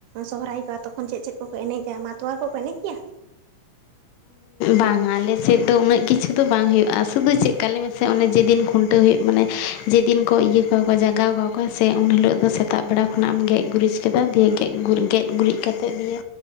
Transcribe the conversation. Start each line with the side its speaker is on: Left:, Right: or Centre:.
Right: ᱥᱚᱦᱚᱨᱟᱭ ᱠᱚᱜᱼᱟ ᱛᱚᱠᱷᱚᱱ ᱪᱮᱫ ᱪᱮᱫ ᱠᱚᱠᱚ ᱮᱱᱮᱡᱟ ᱢᱟᱛᱚᱣᱟᱨ ᱠᱚᱠᱚ ᱮᱱᱮᱡ ᱜᱮᱭᱟ?
Left: ᱵᱟᱝᱼᱟ ᱟᱞᱮᱥᱮᱫ ᱫᱚ ᱩᱱᱟᱹᱜ ᱠᱤᱪᱷᱩ ᱫᱚ ᱵᱟᱝ ᱦᱩᱭᱩᱜᱼᱟ ᱥᱩᱫᱩ ᱪᱮᱜᱠᱟ ᱞᱮᱢᱮᱥᱮ ᱚᱱᱮ ᱡᱮᱫᱤᱱ ᱠᱷᱩᱱᱴᱟᱹᱣ ᱦᱩᱭᱩᱜ ᱢᱟᱱᱮ ᱡᱮᱫᱤᱱ ᱠᱚ ᱤᱭᱟᱹ ᱠᱟᱣᱟᱠᱚ ᱡᱟᱜᱟᱣ ᱠᱟᱣᱟᱠᱚ ᱦᱮᱸᱥᱮ ᱩᱱ ᱦᱤᱞᱳᱜ ᱫᱚ ᱥᱮᱛᱟᱜ ᱵᱮᱲᱟ ᱠᱷᱚᱱᱟᱜ ᱮᱢ ᱜᱮᱜ-ᱜᱩᱨᱤᱡ ᱠᱮᱫᱟ ᱫᱤᱭᱮ ᱜᱮᱜ-ᱜᱩᱨ ᱜᱮᱜ ᱜᱩᱨᱤᱡ ᱠᱟᱛᱮᱫ ᱫᱤᱭᱮ